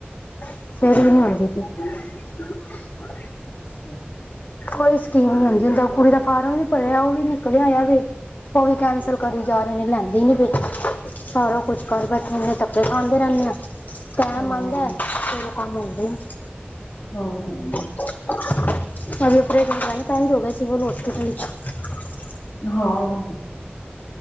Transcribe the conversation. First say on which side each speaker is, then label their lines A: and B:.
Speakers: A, on the left (about 45°); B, on the left (about 80°).
A: ਫ਼ੇਰੇ, ਵੀ ਮਾਰਦੀ ਪਈ ਆ
B: ਹਮ <inaudible> <inaudible>
A: ਕੋਈ ਸਕੀਮ, ਨਈ ਆਈ ਜਿਹੜਾ, ਕੁੜੀ ਦਾ ਫਾਰਮ ਨਈ ਭਰਿਆ, ਉਹ ਵੀ ਨਿਕਲ ਆਇਆ ਵੇ, ਉਹ ਵੀ ਕੈਂਸਲ ਕਰੀ ਜਾ ਰਹੇ ਨੇ, ਲੈਦੇ ਨ ਪਏ ਸਾਰਾ ਕੁਛ, ਕਰ ਬੈਠੇ ਨੇ ਆ ਧੱਕੇ ਖਾਂਦੇ, ਰਹਿਦੇ ਆ ਟਾਈਮ,
B: ਹੂੰ
A: ਆਦਾ ਤੇ ਕੰਮ ਹੁੰਦੇ ਨੀ
B: ਹੂ- ਹੂ-
A: ਸਾਡੇ ਪਰੇਸ਼ਨਦਾ, ਟਾਈਮ ਹੋ ਗਿਆਉਹ ਹੋਸਪਿਟਲ ਚਲੇ ਗਏ
B: ਹਾਂ ਆ ਓ